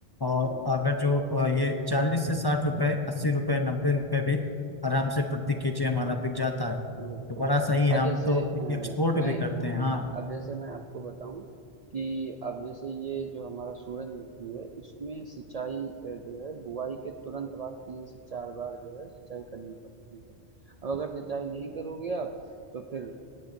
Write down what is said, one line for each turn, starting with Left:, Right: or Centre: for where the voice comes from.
Left: और
Right: हुँ,
Left: अगर जो अ, ये चालीस से साठ रुपए अस्सी रुपए नब्बे रुपए भी आराम से प्रति केजी हमारा बिक जाता है तो
Right: बिल्कुल।
Left: बड़ा सही है
Right: अब
Left: हम
Right: जैसे
Left: तो
Right: अ,
Left: एक्सपोर्ट
Right: मैं
Left: भी करते हैं
Right: हाँ,
Left: हाँ
Right: अब जैसे मैं आपको बताऊँ कि अब जैसे ये जो हमारा सूरजमुखी है, इसमें सिंचाई अ, जो है बुआई के तुरंत बाद 3 से 4 बार जो है सिंचाई करनी पड़ती है। अब अगर सिंचाई नहीं करोगे आप, तो फिर